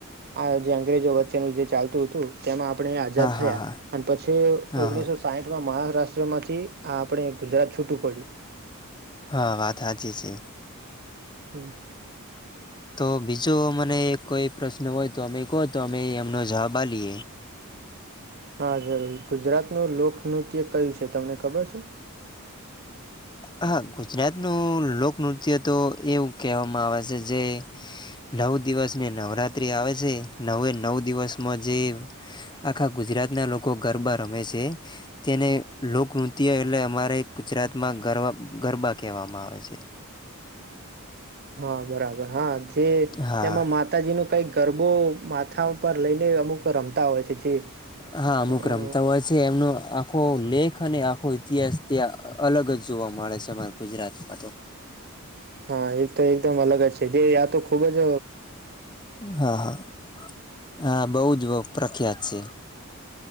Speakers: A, on the right (about 45°); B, on the left (about 20°).
A: આ જે અંગ્રેજો વચ્ચેનું જે ચાલતું હતું તેમાં આપણે આઝાદ થયા
B: હા હા હા
A: અને પછી
B: હા
A: ઓગણીસો
B: હા
A: સાઈઠમાં મહારાષ્ટ્ર ટ્ર માંથી આ આપણે ગુજરાત છૂટું પડ્યું
B: હા વાત હાચી છે.
A: હમ
B: તો બીજો મને કોઈ પ્રશ્ન હોય તો અમે કહો તો અમે એમનો જવાબ આલએ
A: હા જરૂર ગુજરાતનું લોકનૃત્ય કયું છે તમને ખબર છે.
B: હા ગુજરાતનું લોકનૃત્ય તો એવું કહેવામાં આવે છે જે નવ દિવસને નવરાત્રિ આવે છે નવે નવ દિવસમાં જે આખા ગુજરાતના લોકો ગરબા રમે છે તેને લોકનૃત્ય એટલે અમારે ગુજરાતમાં ગરવ ગરબા કહેવામાં આવે છે.
A: હા બરાબર હા જે
B: હા
A: કઈ ગરબો માથા પર લઈને અમુક રમતા હોય જે છે
B: હા અમુક
A: અ
B: રમતા હોય છે એમનું આખો લેખ અને આખો ઇતિહાસ ત્યાં અલગ જ જોવા મળે છે અમારા ગુજરાતમાં તો
A: હા એ એક તો એકદમ અલગ જ છે તે તો ખૂબ જ
B: હા હા હા બહુ જ પ્રખ્યાત છે